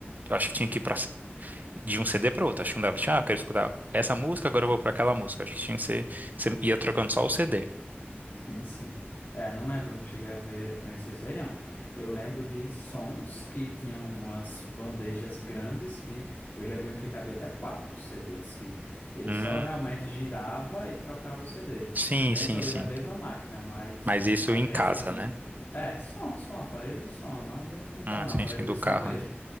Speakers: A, on the right (about 45°); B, on the left (about 50°).
A: Eu Acho que tinha que ir pra... de um CD pra outro. Acho que não dava. Tinha, Ah, eu quero escutar essa música, agora eu vou pra aquela música. Acho que tinha que ser. Você ia trocando só o CD.
B: Sim, sim. É, não lembro, não cheguei a ver, conhecer isso aí, não. Eu lembro de sons que tinham umas bandejas grandes que eu já vi um que cabia até quatro CDs, que ele
A: Hum,
B: só realmente girava e trocava o CD
A: sim,
B: dentro
A: sim,
B: ali
A: sim.
B: da mesma máquina, mas
A: Mas isso
B: a-
A: em
B: esse
A: casa,
B: com.
A: né?
B: É, som, som, aparelho de som, não dentro de um carro,
A: Ah,
B: não,
A: sim,
B: aparelho
A: sim,
B: de
A: do
B: som
A: carro,
B: mesmo.
A: né?